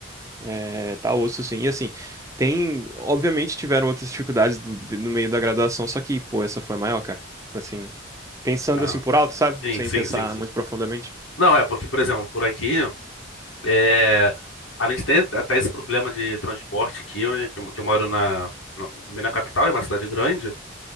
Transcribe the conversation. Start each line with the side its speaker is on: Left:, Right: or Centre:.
Right: É, tá osso, sim. E assim, tem. Obviamente tiveram outras dificuldades do- de- no meio da graduação, só que, pô, essa foi a maior, cara. Assim, pensando
Left: Ah,
Right: assim por alto, sabe?
Left: sim,
Right: Sem
Left: sim,
Right: pensar
Left: sim, sim.
Right: muito profundamente.
Left: Não, é porque, por exemplo, por aqui, é... a gente tem até esse problema de transporte aqui, eu- que eu, que eu moro na, na, bem na capital, é uma cidade grande.